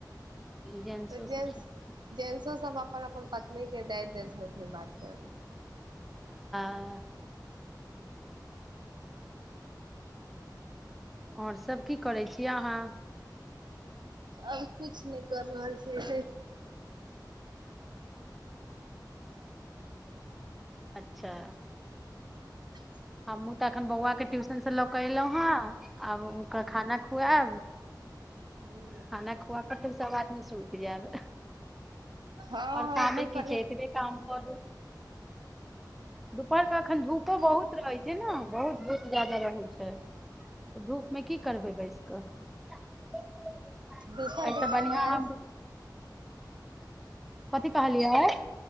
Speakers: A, in the centre; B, on the right.
A: जेंट्सो
B: तऽ जेंस
A: सब छथिन
B: जेंससो सब अप अपन अपन पत्नी के दए दे छल जो बात करू।
A: हँ आओर सब किछु करै छीय अहाँ
B: आब किछु नहि कर रहल छिये से
A: अच्छा
B: <inaudible>
A: हमहूँ तऽ एखन बौआके ट्यूशन से लऽ कऽ एलहुँ हेँ आब ओकरा खाना खुआएब।
B: ह
A: खाना खुआक फेर सब आद सुति जाब
B: हँ
A: आओर कामे
B: दुपहर
A: कि छैै
B: मे
A: ऐतबे काम करू दुपहर के एखन धूपो बहुत रहै छै ने बहुत धूप ज्यादा रहै छै धूप मे की करबै बैस क एहि
B: दुपहर के समय
A: बढिया हम कथी कहलियै